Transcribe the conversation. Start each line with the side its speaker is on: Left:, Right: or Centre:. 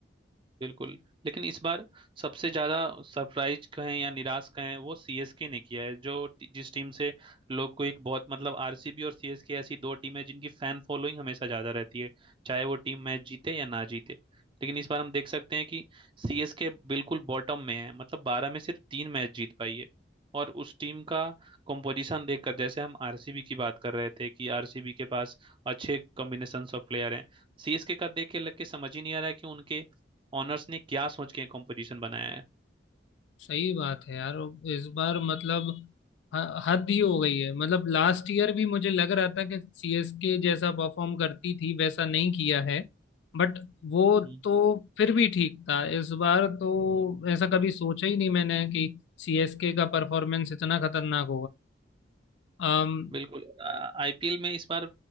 Right: बिल्कुल लेकिन इस बार सबसे ज्यादा सरप्राइज कहें या निराश कहें वो सीएसके ने किया है जो टी- जिस टीम से लोग को एक बहुत मतलब आरसीबी और सीएसके ऐसी दो टीमें जिनकी फैन फॉलोइंग हमेशा ज्यादा रहती है चाहे वो टीम मैच जीते या ना जीते लेकिन इस बार हम देख सकते हैं कि सीएसके बिल्कुल बॉटम में है मतलब बारह में सिर्फ तीन मैच जीत पाई है और उस टीम का कंपोजिशन देखकर जैसे हम आरसीबी की बात कर रहे थे कि आरसीबी के पास अच्छे कॉम्बिनेशन ऑफ प्लेयर हैं सीएसके का देख के लग के समझ ही नहीं आ रहा है कि उनके ऑनर्स ने क्या सोच के कंपोजिशन बनाया
Left: सही बात है यार और इस बार मतलब ह- हद ही हो गई है मतलब लास्ट ईयर भी मुझे लग रहा था कि सीएसके जैसा परफॉर्म करती थी वैसा नहीं किया है बट वो
Right: है
Left: तो फिर भी ठीक था इस बार तो ऐसा कभी सोचा ही नहीं मैंने कि सीएसके का परफॉर्मेंस इतना खतरनाक होगा
Right: बिल्कुल आईपीएल में इस बार